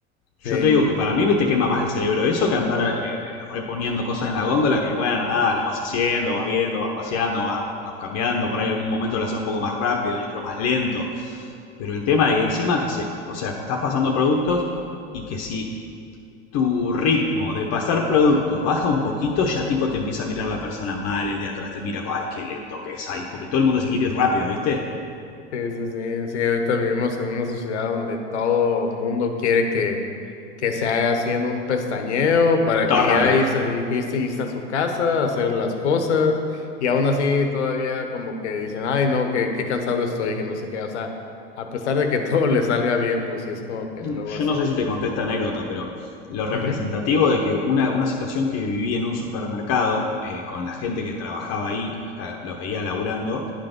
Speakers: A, on the left (about 50°); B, on the left (about 80°).
A: Yo
B: sí,
A: te digo que para mí me te quema más el cerebro eso que andar eh, reponiendo cosas en la góndola que, bueno, nada, lo vas haciendo, vas viendo, vas paseando, vas, vas cambiando, por ahí en algún momento lo haces un poco más rápido, en otro más lento. Pero el tema de que encima que se, o sea, que estás pasando productos y que si tu ritmo de pasar productos baja un poquito, ya tipo te empieza a mirar la persona mal, el de atrás te mira, ay, qué lento que es ahí, porque todo el mundo se quiere ir rápido, ¿viste?
B: sí, sí, sí, sí, ahorita vivimos en una sociedad donde todo mundo quiere que, que se haga así en un pestañeo para
A: Todo
B: que
A: rápido.
B: ya irse, irse, irse a su casa, hacer las cosas y aún así todavía como que dicen, ay, no, que qué cansado estoy, que no sé qué, o sea, a pesar de que <laughs> todo le salga bien, pues sí es como que
A: Yo
B: luego así.
A: no sé si te conté esta anécdota, pero lo representativo
B: Ujú,
A: de que una, una situación que viví en un supermercado eh, con la gente que trabajaba ahí, o sea, los veía laburando,